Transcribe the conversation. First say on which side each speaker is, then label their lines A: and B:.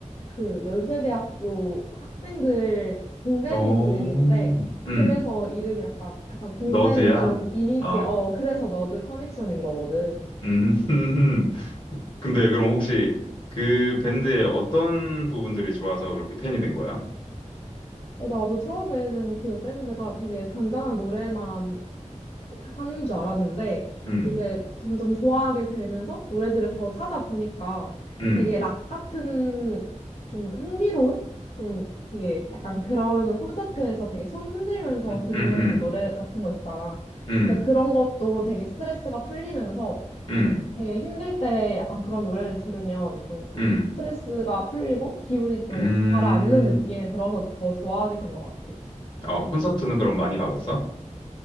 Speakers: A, on the left; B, on the left.
A: 그 연세대학교 학생들, 공대생들인데,
B: 오. 음,
A: 그래서 이름이 약간, 약간 공대는
B: 너드야?
A: 좀 이미지가,
B: 어,
A: 어, 그래서 너드 커넥션인 거거든.
B: 음, <laughs> 근데 그럼 혹시 그 밴드의 어떤 부분들이 좋아서 그렇게 팬이 된 거야?
A: 나도 처음에는 그 밴드가 되게 잔잔한 노래만 하는 줄 알았는데
B: 음,
A: 이제 점점 좋아하게 되면서 노래들을 더 찾아보니까
B: 음,
A: 되게 락 같은 좀 흥미로운 좀 되게 약간 그런 콘서트에서 되게 손 흔들면서
B: 음,
A: 듣는
B: 음, 음,
A: 노래 같은 거 있잖아.
B: 음,
A: 근데 그런 것도 되게 스트레스가 풀리면서
B: 음,
A: 음, 되게 힘들 때 약간 그런 노래를 들으면 좀
B: 음,
A: 스트레스가 풀리고 기분이 좀
B: 음.
A: 가라앉는 느낌이 들어서 더 좋아하게 된 것 같아.
B: 어, 콘서트는 그럼 많이 가봤어?